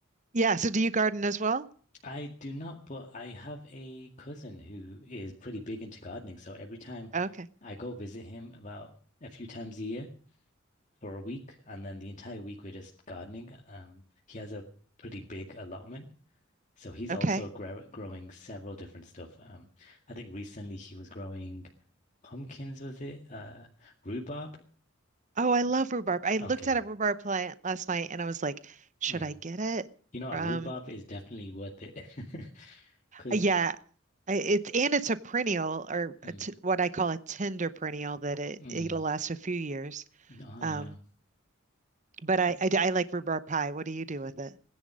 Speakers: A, on the right; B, on the left.
A: Yeah. So do you garden as well?
B: I do not, but I have a cousin who is pretty big into gardening. So every time
A: Okay.
B: I go visit him about a few times a year, for a week, and then the entire week we're just gardening. Um, he has a pretty big allotment, so he's
A: Okay.
B: also gra growing several different stuff. Um, I think recently he was growing pumpkins, was it? Uh, rhubarb.
A: Oh, I love rhubarb. I looked
B: Okay.
A: at a rhubarb plant last night and I was like, should
B: Mm.
A: I get it?
B: You know what?
A: Um,
B: Rhubarb is definitely worth it <laughs> because.
A: uh, yeah, I- it's and it's a perennial or
B: Mm,
A: a t what I call a tender perennial that it
B: mm,
A: it'll last a few years.
B: ah,
A: Um,
B: yeah.
A: but I
B: But,
A: I I like rhubarb pie. What do you do with it?